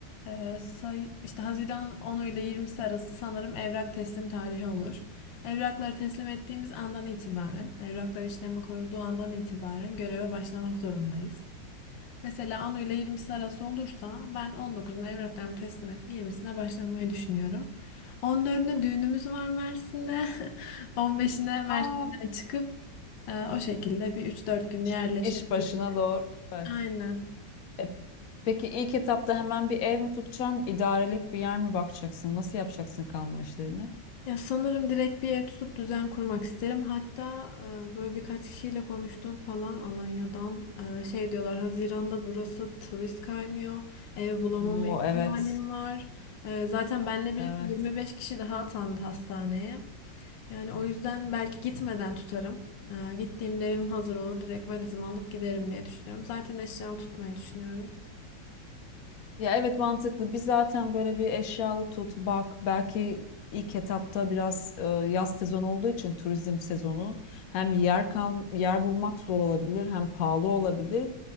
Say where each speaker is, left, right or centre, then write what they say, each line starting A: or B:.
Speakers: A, on the left (about 75°); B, on the left (about 55°).
A: Ee, say işte Haziran'ın 10'u ile 20'si arası sanırım evrak teslim tarihi olur. Evrakları teslim ettiğimiz andan itibaren, evraklar işleme koyulduğu andan itibaren göreve başlamak zorundayız. Mesela 10 ile 20'si arası olursa ben 19'unu evraklarımı teslim edip 20'sine başlamayı düşünüyorum. 14'üne düğünümüz var Mersin'de. <laughs> 15'ine Mersin'den
B: Aa,
A: çıkıp e, o şekilde bir 3-4 gün
B: iş
A: yerleşmek
B: iş başına
A: üzere.
B: doğru. Evet.
A: Aynen.
B: E, peki ilk etapta hemen bir ev mi tutacaksın? İdarelik bir yer mi bakacaksın? Nasıl yapacaksın kalma işlerini?
A: Ya sanırım direkt bir ev tutup düzen kurmak isterim. Hatta e, böyle birkaç kişiyle konuştum falan Alanya'dan. E, şey diyorlar Haziran'da burası turist kaynıyor. Ev bulamama
B: Oo,
A: ihtimalim
B: evet.
A: var. E, zaten benle birlikte
B: Evet.
A: 25 kişi daha atandı hastaneye. Yani o yüzden belki gitmeden tutarım. E, gittiğimde evim hazır olur. Direkt valizimi alıp giderim diye düşünüyorum. Zaten eşyalı tutmayı düşünüyorum.
B: Ya evet mantıklı. Biz zaten böyle bir eşyalı tut, bak. Belki ilk etapta biraz e, yaz sezonu olduğu için turizm sezonu hem yer kal yer bulmak zor olabilir hem pahalı olabilir.